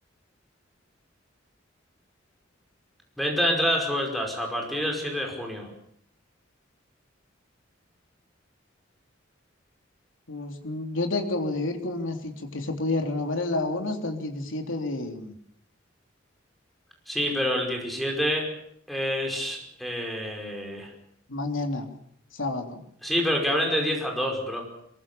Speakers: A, in the centre; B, on the left.
A: Venta de entradas sueltas a partir del 7 de junio.
B: Pues mm, yo te acabo de ver como me has dicho que se podía renovar el abono hasta el diecisiete de
A: Sí, pero el diecisiete es... eh,
B: mañana, sábado.
A: Sí, pero que abren de 10 a 2, bro.